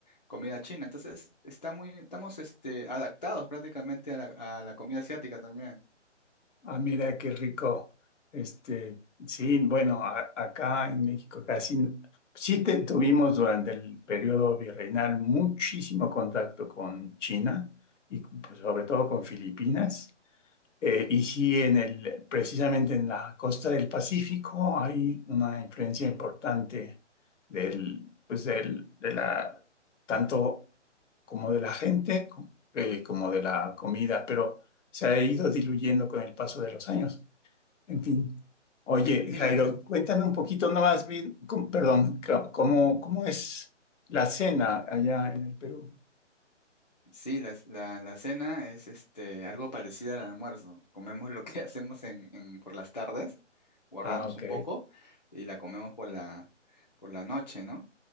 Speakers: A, on the left; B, on the left.
A: comida china. Entonces, está muy, estamos este, adaptados prácticamente a la, a la comida asiática también.
B: Ah, mira qué rico. Este, sí, bueno, a- acá en México casi sí te- tuvimos durante el periodo virreinal muchísimo contacto con China y con- pues, sobre todo con Filipinas. Eh, y sí, en el, precisamente en la costa del Pacífico hay una influencia importante del, pues del, de la, tanto como de la gente co- eh, como de la comida, pero se ha ido diluyendo con el paso de los años. En fin. Oye,
A: Y mira,
B: Jairo, cuéntame un poquito nomás bien, com- perdón, ca- ¿cómo, cómo es la cena allá en el Perú?
A: Sí, la, la, la cena es este, algo parecido al almuerzo. Comemos lo que <laughs> hacemos en, en- por las tardes, guardamos
B: Ah, ok.
A: un poco y la comemos por la, por la noche, ¿no?